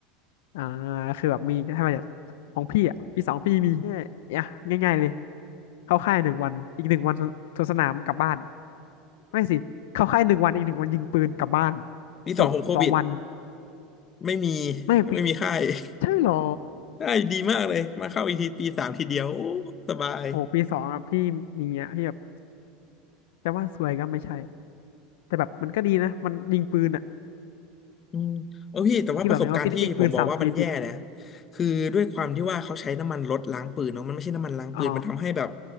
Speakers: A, on the left; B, on the left.
A: อ่าคือแบบมีถ้ามาจากของพี่อ่ะปีสองพี่มีแค่อ่ะง่ายๆ เลย เข้าค่ายหนึ่งวันอีกหนึ่งวันสวนสนามกลับบ้านไม่สิเข้าค่ายหนึ่งวันอีกหนึ่งวันยิงปืนกลับบ้าน
B: ปีสองผมโควิด
A: จบสองวัน
B: ไม่มี
A: ไม่ปี
B: ไม่มีค่าย
A: ใช่เหรอ
B: <laughs> ได้ดีมากเลยมาเข้าอีกทีปีสามทีเดียวโอ้สบาย
A: โอ้ปีสองอะพี่มีอะพี่แบบจะว่าสวยก็ไม่ใช่แต่แบบมันก็ดีนะมันยิงปืนอะ
B: อืมเออพี่แต่ว่าประสบการณ์ที่ผมบอกว่ามันแย่นะ
A: พี่บอกเลยว่าพี่ได้ยิงปืนสามปีติด
B: คือด้วยความที่ว่าเขาใช้น้ำมันรถล้างปืนเนาะมันไม่ใช่น้ำมันล้างปืนมันทำให้แบบ
A: อ๋อ